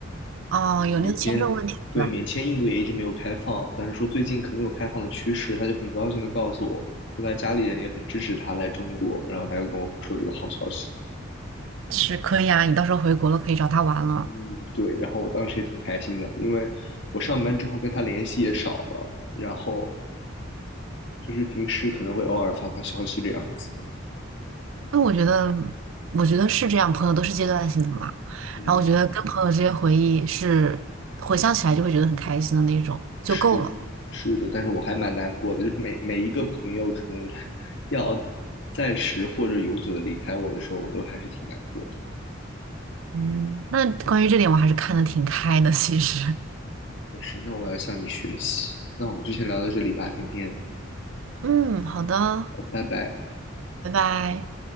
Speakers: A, on the right; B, on the left.
A: 哦，有那个签证问题对吧？
B: 免签，对，免签印度也一直没有开放，但是说最近可能有开放的趋势，他就很高兴的告诉我，说他家里人也很支持他来中国，然后他又跟我说这个好消息。
A: 是可以啊，你到时候回国了可以找他玩了。
B: 嗯，对，然后我当时也挺开心的，因为我上班之后跟他联系也少了，然后就是平时可能会偶尔发发消息这样子。
A: 那我觉得，我觉得是这样，朋友都是阶段性的嘛。
B: 嗯，
A: 然后我觉得跟朋友之间回忆是回想起来就会觉得很开心的那种，就够了。
B: 是的是的，但是我还蛮难过的，就是每每一个朋友可能 <laughs> 要暂时或者永久的离开我的时候，我都还是挺难过的。
A: 嗯，那关于这点我还是看得挺开的，其实。
B: 就是，那我要向你学习。那我们就先聊到这里吧，今天，
A: 嗯，好的，
B: 好，拜拜。
A: 拜拜。